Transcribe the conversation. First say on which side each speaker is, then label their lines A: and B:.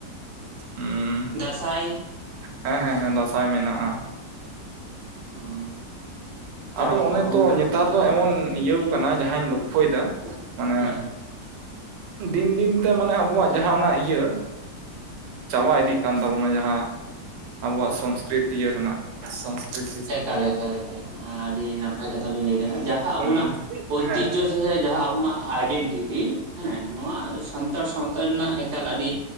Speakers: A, on the right (about 85°); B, on the right (about 60°).
A: ᱩᱸ
B: ᱫᱟᱸᱥᱟᱭ
A: ᱦᱮᱸ ᱦᱮᱸ ᱦᱮᱸ ᱫᱟᱸᱥᱟᱭ ᱢᱮᱱᱟᱜᱼᱟ
B: <inaudible> ᱠᱟᱨᱟᱢ
A: ᱟᱫᱚ ᱚᱱᱮ
B: ᱠᱚᱦᱚᱸ
A: ᱛᱚ
B: ᱢᱮᱱᱟᱜ
A: ᱱᱮᱛᱟᱨ
B: ᱟᱠᱟᱫ
A: ᱫᱚ
B: ᱜᱮᱭᱟ
A: ᱮᱢᱚᱱ
B: ᱱᱟᱜ
A: ᱤᱭᱟᱹᱣ ᱠᱟᱱᱟ ᱡᱟᱦᱟᱸᱧ ᱞᱚᱠᱷᱚᱭᱮᱫᱟ ᱢᱟᱱᱮ
B: ᱦᱩᱸ
A: ᱫᱤᱱ ᱫᱤᱱ ᱛᱮ ᱢᱟᱱᱮ ᱟᱵᱚᱣᱟᱜ ᱡᱟᱦᱟᱸ ᱚᱱᱟ ᱤᱭᱟᱹ ᱪᱟᱵᱟ ᱤᱫᱤᱜ ᱠᱟᱱ ᱛᱟᱵᱚᱱᱟ ᱡᱟᱦᱟᱸ ᱟᱵᱚᱣᱟᱜ ᱥᱚᱝᱥᱠᱤᱨᱤᱛ ᱤᱭᱟᱹ ᱨᱮᱱᱟᱜ ᱥᱚᱝᱥᱠᱤᱨᱤᱛᱤ
B: ᱮᱠᱟᱞ ᱮᱠᱟᱞ ᱮᱠᱟᱞ ᱟᱹᱰᱤ ᱱᱟᱯᱟᱭ ᱠᱟᱛᱷᱟ ᱵᱤᱱ ᱞᱟᱹᱭ ᱠᱟᱱᱫᱟ ᱡᱟᱦᱟᱸ
A: ᱦᱮᱸ
B: ᱟᱵᱚᱱᱟᱜ ᱚᱭᱛᱤᱡᱚ
A: ᱦᱮᱸ
B: ᱥᱮ ᱥᱮ ᱡᱟᱦᱟᱸ ᱟᱵᱚᱱᱟᱜ ᱟᱭᱰᱮᱱᱴᱤᱴᱤ ᱦᱮᱸ ᱱᱚᱣᱟ ᱥᱟᱱᱛᱟᱲ ᱥᱟᱶᱛᱟ ᱨᱮᱱᱟᱜ ᱮᱠᱟᱞ ᱟᱹᱰᱤ